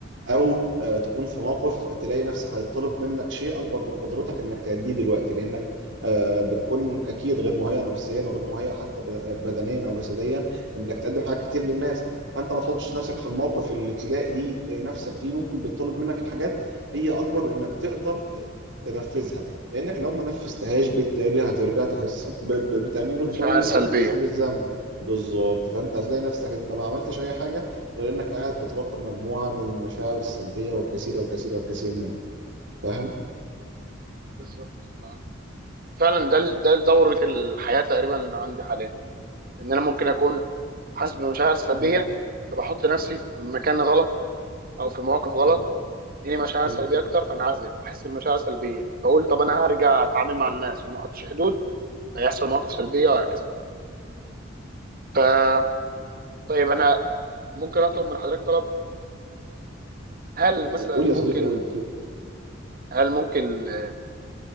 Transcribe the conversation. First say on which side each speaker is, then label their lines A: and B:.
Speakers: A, on the right; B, on the right.
A: او آه، تكون في موقف تلاقي نفسك هيطلب منك شيء اكبر من قدرتك انك تأديه دلوقتي لانك آه، بتكون اكيد غير مهيئ نفسيا وغير مهيئ حتى ب- بدنيا او جسديا انك تقدم حاجات كتير للناس فانت ما تحطش نفسك في الموقف اللي تلاقي نفسك فيه ممكن بيطلب منك حاجات هي اكبر من انك تقدر ت- تنفذها لانك لو ما نفذتهاش بالتالي هترجع تحس ب- ب- بتأنيب الضمير
B: مشاعر سلبيه
A: او تحس بالذنب بالظبط فانت هتلاقي نفسك انت ما عملتش اي حاجه غير انك قاعد بتراقب مجموعه من المشاعر السلبيه والكثير والكثير والكثير منها فاهم؟
B: بالظبط اه فعلا ده ال- ده دورة الحياة تقريبا عندي حاليا ان انا ممكن اكون حاسس بمشاعر سلبيه
A: م-
B: فبحط نفسي في مكان غلط او في مواقف غلط
A: م-
B: تديني مشاعر
A: م.
B: سلبيه اكتر فانعزل فاحس بمشاعر سلبيه فاقول طب انا هرجع اتعامل مع الناس وما احطش حدود هيحصل مواقف سلبيه وهكذا ف طيب انا ممكن اطلب من حضرتك طلب هل مثلا
A: قول
B: ممكن
A: يا صديقي قول لك
B: هل ممكن آه،